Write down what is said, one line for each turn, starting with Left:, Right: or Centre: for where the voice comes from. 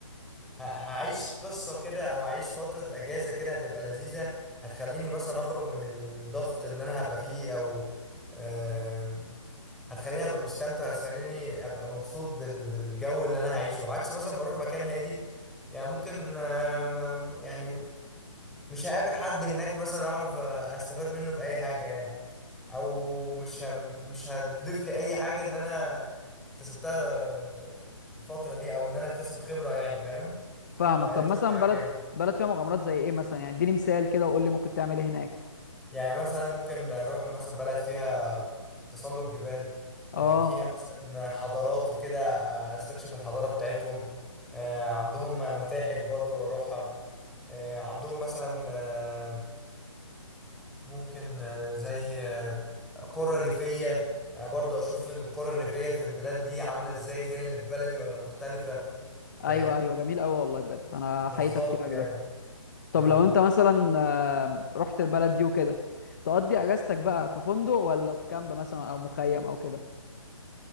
Centre: ه- هعيش قصة كده او هعيش فترة اجازة كده هتبقى لذيذة هتخليني مثلا اخرج من الضغط اللي انا هبقى فيه او آم، هتخليني ابقى مستمتع هتخليني ابقى مبسوط بال- بالجو اللي انا هعيشه عكس مثلا ما اروح مكان هادي يعني ممكن آم، يعني مش هقابل حد هناك مثلا اعرف آه، استفاد منه باي حاجة يعني او مش ه- مش هتضيف لي اي حاجة ان انا اكتسبتها في الفترة دي او ان انا اكتسب خبرة يعني فاهم
Left: فاهمك
Centre: انت
Left: طب مثلا
Centre: رايك
Left: بلد
Centre: يعني
Left: بلد فيها مغامرات زي ايه مثلا يعني اديني مثال كده وقول لي ممكن تعمل ايه هناك
Centre: يعني مثلا ممكن اروح مثلا بلد فيها تسلق جبال آه،
Left: اه
Centre: فيها مثلا حضارات وكده آه، استكشف الحضارة بتاعتهم آه، عندهم متاحف برضو واروحها آه، عندهم مثلا آه، ممكن آه، زي آه، قرى ريفية آه، برضو اشوف القرى الريفية في البلاد دي عاملة ازاي زي اللي في بلدي ولا مختلفة
Left: ايوه
Centre: فاهم
Left: ايوه جميل قوي والله بجد انا
Centre: بالظبط
Left: حقيقي تفكيرك
Centre: يعني
Left: ده طب
Centre: اه
Left: لو انت مثلا آه، رحت البلد دي وكده تقضي اجازتك بقى في فندق ولا في كامب مثلا او مخيم او كده